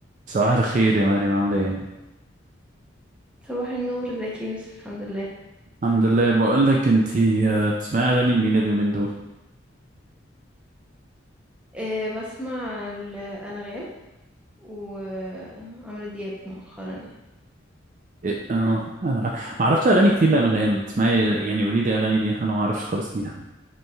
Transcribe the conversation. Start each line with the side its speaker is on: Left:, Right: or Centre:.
Right: صباح الخير يا مريم عاملة ايه؟
Centre: صباح النور ازيك يا يوسف الحمد لله
Right: الحمد لله بقول لك انتي آه، بتسمعي اغاني لمين اليومين دول؟
Centre: أه بسمع الأنغام وعمرو دياب مؤخرا يعني
Right: إيه؟ اه انا غ... ما اعرفش اغاني كتير لانغام بتسمعي يعني قولي لي اغاني دي انا ما اعرفش خالص مين